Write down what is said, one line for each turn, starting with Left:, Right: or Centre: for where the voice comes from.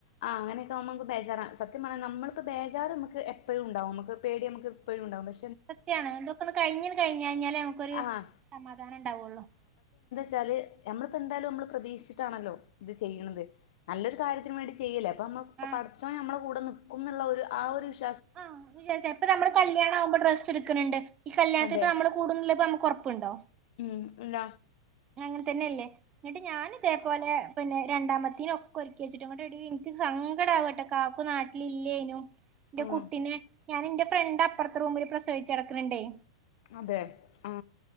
Left: ആഹ് അങ്ങനെ നമക്ക് ബേജാറ സത്യ പറഞ്ഞ നമ്മളിപ്പോ ബേജാർ നമ്മക്ക് എപ്പഴും ഉണ്ടാവും നമ്മക്ക്‌ പേടി നമ്മക്ക്പ്പഴും ഉണ്ടാവും പ
Right: സത്യാണ് ഇതോക്കെന്ന് കഴിഞ്ഞ് കഴിഞ്ഞാഞ്ഞാലേ നമുക്കൊരു
Left: ആഹ്
Right: സമാധാനം ഇണ്ടാവുള്ളു
Left: ചാല് നമ്മളിപ്പോ എന്താലും നമ്മള് പ്രതീക്ഷി ചിട്ടാണല്ലോ ഇത് ചെയ്യ്ണത് നല്ലൊരു കാര്യത്തിന് വേണ്ടി ചെയ്യേല്ലേ ഇപ്പ നമ്മള് പ്പ
Right: ആഹ്
Left: പടച്ചോൻ നമ്മളാ കൂടെ നി ക്കുംന്നുള്ള ഒരു ആ ഒര്ഷ്
Right: ആഹ് വിചാരി <unintelligible> പ്പ നമ്മള് കല്യാണ ആവുമ്പോൾ ഡ്രസ്സ് എടുക്കണ്ണ്ട് ഈ കല്യാണത്തിന്
Left: അതെ
Right: നമ്മള് കൂടുന്നില്ലേ പ്പ നമ്മ ക്കൊറപ്പുണ്ടോ
Left: ഉം ഇല്ല
Right: അങ്ങനെ തന്നെയല്ലേ എന്നിട്ട് ഞാനിതേ പോലെ പിന്നെ രണ്ടാമത്തേനൊക്കെ ഒരുക്കി വെച്ചിട്ടും കൊണ്ട്‌ എടി എനിക്ക് സങ്കടമാകുവട്ടോ കാക്കു നാട്ടിൽ ഇല്ലേനും എന്റെ
Left: ആഹ്
Right: കുട്ടിനെ ഞാൻ ഇന്റെ ഫ്രണ്ട് അപ്പുറത്തെ റൂമിൽ പ്രസവിച്ച് കെടക്ക്ണ് ണ്ടേ
Left: അതെ ആ